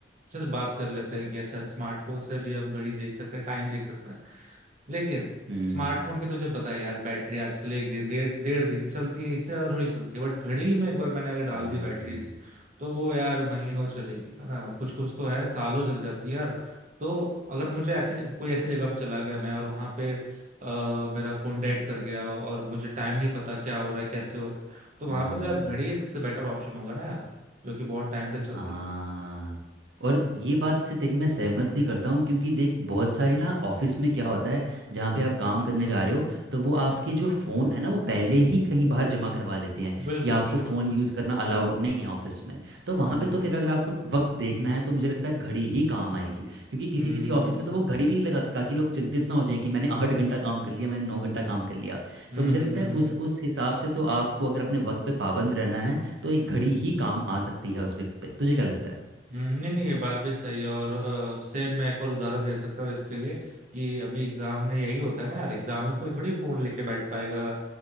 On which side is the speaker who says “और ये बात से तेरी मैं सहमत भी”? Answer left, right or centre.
Right